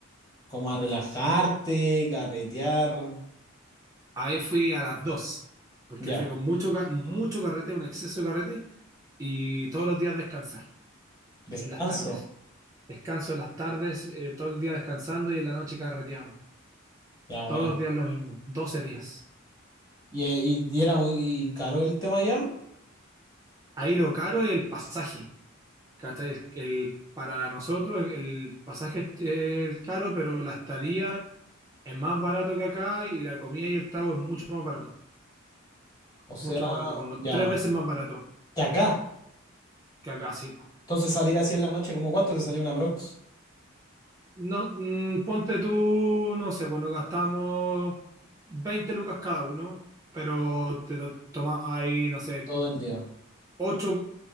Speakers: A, on the left; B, on the right.
A: como a relajarte, carretear?
B: Ahí fui a las 2 porque
A: Ya,
B: fui con mucho, ca- mucho carrete, un exceso de carrete, y todos los días descansar,
A: descanso.
B: en las tardes. Descanso en las tardes, eh, todo el día descansando y en la noche carreteamos.
A: Ya, buena.
B: Todos los días lo mismo, 12 días.
A: ¿Y, y, y era muy caro el tema ya?
B: Ahí lo caro es el pasaje, ¿cachai? El, el- para nosotros el pasaje es es caro, pero la estadía es más barato que acá y la comida y el trago es mucho más barato,
A: O sea,
B: mucho más barato, como
A: ya.
B: tres veces más barato
A: Que acá.
B: que acá, sí.
A: Entonces salir así en la noche, ¿cómo cuánto te salió una prox?
B: No, mm, ponte tú, no sé, pues nos gastamos 20 lucas cada uno, pero te to- tomás ahí, no sé,
A: Todo el día.
B: 8